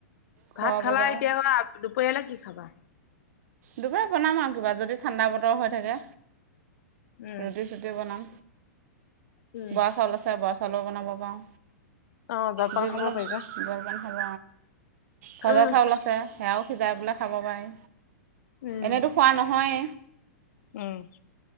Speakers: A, on the right; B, on the left.
A: ঘৰ
B: ভাত খালা
A: বজাৰ
B: এতিয়া দুপৰীয়ালৈ কি খাবা?
A: দুপৰীয়া বনাম আৰু কিবা যদি ঠাণ্ডা বতৰ হৈ থাকে
B: উম
A: ৰুটি-চুটি বনাম,
B: উম
A: বৰা চাউল আছে বৰা চাউলো বনাব পাৰো।
B: অ জলপান
A: যিকোনো
B: খাব পাৰিবা
A: জলপান হ'ব, ভজা
B: উম
A: চাউল আছে। সেয়াও সিজাই বোলে খাব পাৰি,
B: উম
A: এনেইতো খোৱা নহয়।
B: উম।